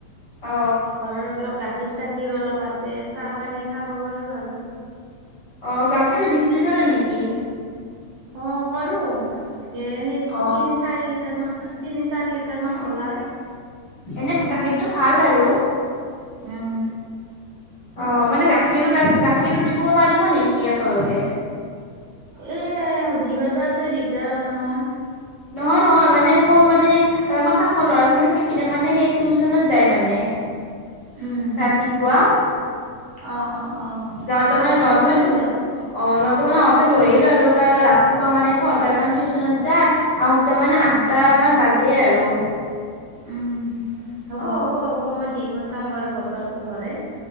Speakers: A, on the left (about 45°); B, on the right (about 60°).
A: অ
B: ঘৰৰ অলপ গাখীৰ চাখীৰ ক্ষীৰ অলপ আছে চাহ পানী খাব পাৰোঁ আৰু
A: অ গাখীৰো বিক্ৰী কৰে নেকি
B: অ কৰো নে
A: অ
B: তিনি চাৰি লিটাৰমান তিনি চাৰি লিটাৰমান ওলায়
A: এনে গাখীৰতটো ভাল আৰু
B: উম
A: অ মানে গাখীৰো লাগি গাখীৰো দিব পাৰিব নেকি একেলগে
B: এ দিব জাওতে দিগদাৰ হল নহয়
A: নহয় নহয় মানে মোৰ মানে আমাক আকৌ ল'ৰাজনে সিপিনে মানে সেই টিউচনত যায় মানে
B: উম,
A: ৰাতিপুৱা
B: অ', অ', অ',
A: যাওঁ তাৰ
B: অ',
A: মানে
B: দিব
A: ন ত
B: পাৰিম
A: মাৰ
B: দিয়ক।
A: অ ত মানে সিহঁতে লৈ আহিলো আৰু তাৰ ৰাতিপুৱা মানে ছয়ট মান টিউচনত যায় আহোতে মানে
B: উম,
A: আঠটা মান বাজে আৰু
B: উম হ'ব
A: অ
B: হ'ব হ'ব মই দি পঠাম বাৰু বটলত ভৰাই